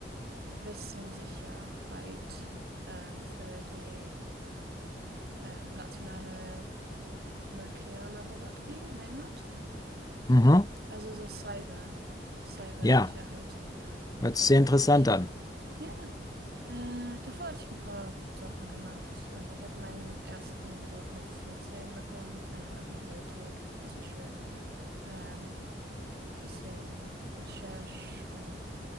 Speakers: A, on the right; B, on the left.
A: Wissenssicherheit ähm, für die ähm, nationale Nuklearlaboratorie in England.
B: Mhm.
A: Also so Cyber, Cybersicherheit
B: Ja, hört
A: hauptsächlich.
B: sich sehr interessant an.
A: Ja. Äh, davor hatte ich ein paar Sachen gemacht. Also ich hatte meinen ersten Beruf mit 14 bekommen in einer Bibliothek. Das war schön. Ähm, bisschen Recherche in,